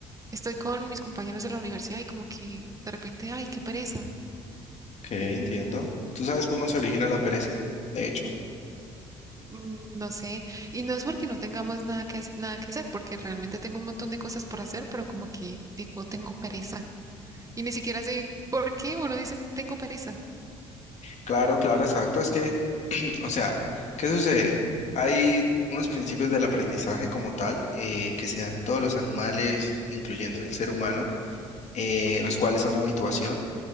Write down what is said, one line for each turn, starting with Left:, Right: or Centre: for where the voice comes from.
Right: estoy con mis compañeros de la universidad y como que de repente, ay, qué pereza.
Left: ¿Qué? Entiendo. ¿Tú sabes cómo se origina la pereza? De hecho.
Right: mm, No sé, y no es porque no tengamos nada que, hac- nada que hacer, porque realmente tengo un montón de cosas por hacer, pero como que digo, tengo pereza. Y ni siquiera sé por qué uno dice, tengo pereza.
Left: Claro, claro, exacto. Es que, <clears throat> o sea, ¿qué sucede? Hay unos principios del aprendizaje como tal eh, que se dan todos los animales, incluyendo el ser humano, eh,
Right: Ujú,
Left: los cuales son habituación.